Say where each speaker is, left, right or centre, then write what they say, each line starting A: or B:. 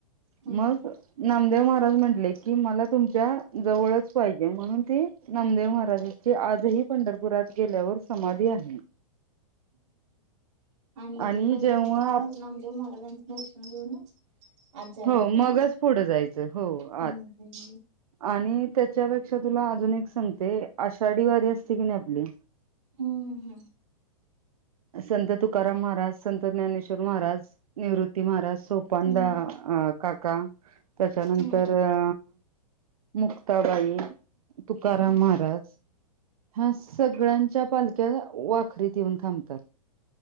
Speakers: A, on the right; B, on the right.
A: हम्म
B: मग
A: हम्म
B: नामदेव महाराज म्हटले की, मला तुमच्या जवळच पाहिजे म्हणून ती नामदेव महाराजाची आजही पंढरपुरात. गेल्यावर समाधी आहे.
A: नियम
B: आणि
A: पहिल्यांदा
B: जेव्हा
A: नामदेव महाराजांच. दर्शन घेऊनच. आज जायला
B: हो
A: लागते
B: मगच
A: ना
B: पुढं जायचं हो
A: हम्म
B: आत.
A: हम्म
B: आणि त्याच्यापेक्षा तुला अजून एक सांगते, आषाढी वारी असते की नाही आपली.
A: हम्म हम् हम्म.
B: संत तुकाराम महाराज, संत ज्ञानेश्वर महाराज, निवृत्ती महाराज, सोपानदा
A: हम्म
B: आ
A: हम्म
B: का. काका. त्याच्यानंतर
A: हम्म
B: अ. मुक्ताबाई तुकाराम
A: हम्म
B: महाराज,
A: हा
B: ह्या सगळ्यांच्या पालख्या वाखरीत येऊन थांबत तर